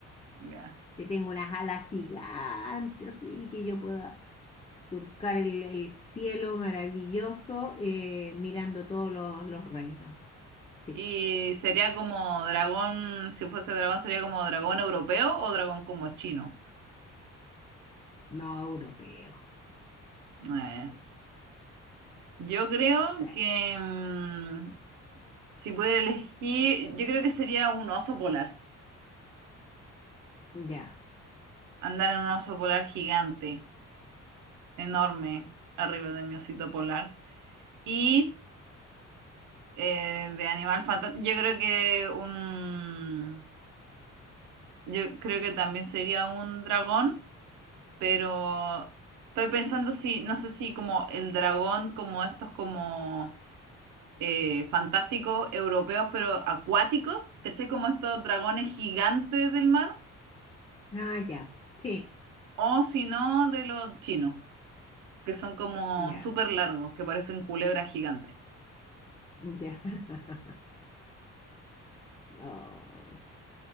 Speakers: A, on the right; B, on the left.
A: ya.
B: que tenga unas alas gigantes así, y que yo pueda surcar el, el cielo maravilloso eh, mirando todos los, los reinos. Sí,
A: Y sería como dragón, si fuese dragón sería como dragón europeo o dragón como chino.
B: no europeo.
A: Eh, yo creo
B: Sí,
A: que mm, si pudiera elegir, yo creo que sería un oso polar,
B: ya.
A: andar en un oso polar gigante, enorme, arriba de mi osito polar. Y Eh, de animal fantástico. Yo creo que un. Yo creo que también sería un dragón, pero estoy pensando si, no sé si como el dragón, como estos como eh, fantásticos europeos, pero acuáticos, ¿cachai? Como estos dragones gigantes del mar,
B: Ah, ya. Sí,
A: o si no, de los chinos, que son como
B: ya.
A: súper largos, que parecen culebras gigantes.
B: Ya. <laughs> Oh,